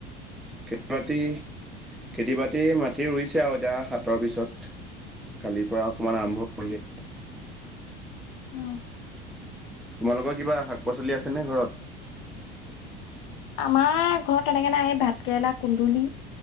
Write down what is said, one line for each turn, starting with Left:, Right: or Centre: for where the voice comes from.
Centre: খেতি বাতি খেতি বাতি মাটি ৰুইছে আৰু এতিয়া সাতৰ পিছত কালিৰ পৰা অকমান আৰম্ভ হৈ যায়
Left: আহ
Centre: তোমালোকৰ কিবা শাক পাচলি আছেনে ঘৰত
Left: আমাৰ ঘৰত তেনেকে নাই ভাত কেৰেলা কুন্দুলি